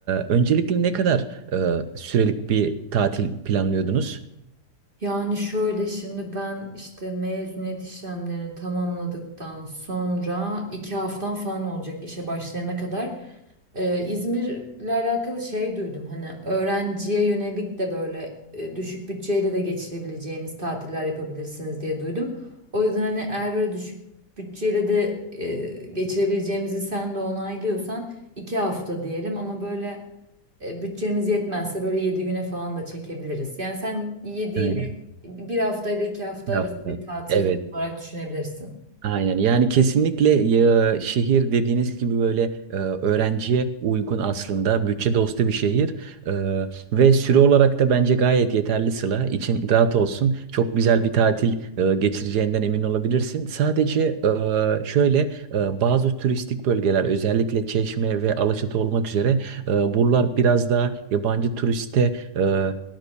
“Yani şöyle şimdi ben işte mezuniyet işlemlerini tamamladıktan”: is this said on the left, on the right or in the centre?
Right